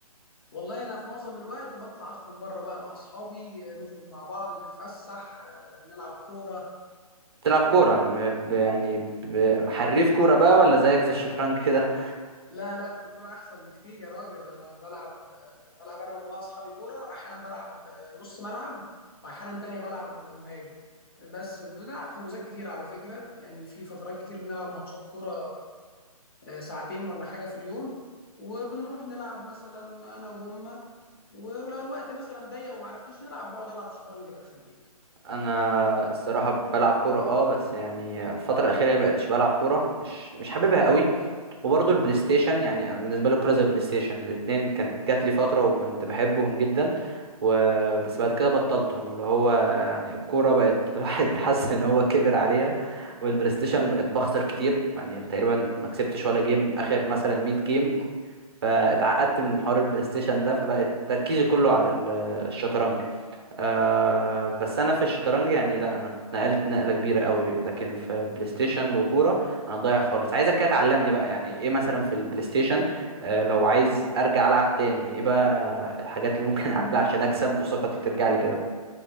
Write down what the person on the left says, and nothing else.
والله انا في معظم الوقت بطلع اخرج بره بقى مع اصحابي آه، نخرج مع بعض نتفسح آه، نلعب كوره
لا لا في الكوره احسن بكتير يا راجل انا بلعب بلعب انا وجماعه اصحابي كوره احيانا بلعب نص ملعب واحيانا تانية بلعب مهاجم بس بنلعب حجوزات كتير على فكره يعني في فترات كتير بنلعب ماتشات كوره آه، ساعتين ولا حاجه في اليوم وبنروح نلعب مثلا انا وهم ولو الوقت مثلا ضيق وما عرفناش نلعب بقعد العب شطرنج بقى في البيت